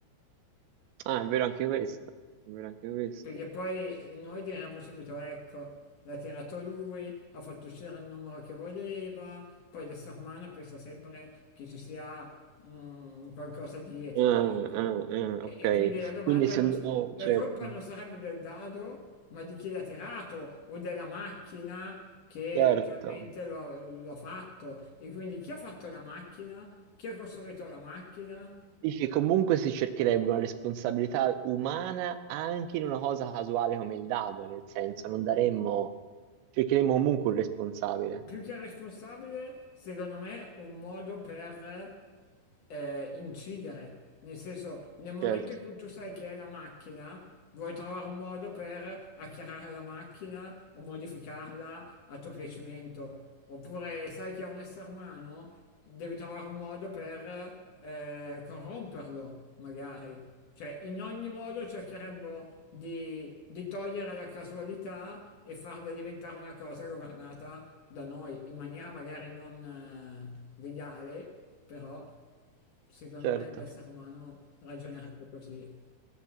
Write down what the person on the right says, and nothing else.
Ah, è vero anche questo. È vero anche questo.
Ah,
ah, ah,
ok.
Quindi se...
oh,
certo,
certo.
Dici, comunque si cercherebbe una responsabilità umana anche in una cosa casuale come il dado, nel senso non daremmo, cercheremmo comunque un responsabile.
Certo,
certo.